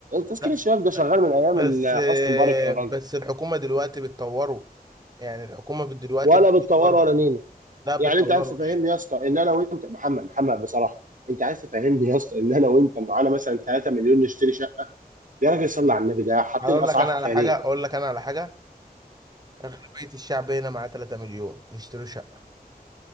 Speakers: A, on the right; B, on the right.
A: تسكين
B: لا
A: الشباب ده شغال
B: ب-
A: من ايام
B: بس
A: ال-
B: آه،
A: حسني مبارك يا راجل
B: بس الحكومة دلوقتي بتطوره يعني الحكومة بت- دلوقتي
A: ولا
B: بتطوره
A: بتطور ولا نينا
B: لا بتطوره
A: يعني انت عايز تفهمني
B: الش-
A: يا اسطى ان انا وانت محمد محمد بصراحة انت عايز تفهمني يا اسطى ان انا وانت معانا مثلا 3 مليون نشتري شقة يا راجل صل على النبي ده حاطين
B: هقول
A: اسعار
B: لك انا
A: خيالية
B: على حاجة اقول لك انا على حاجة اغلبية الشعب هنا معاه 3 مليون يشتروا شقة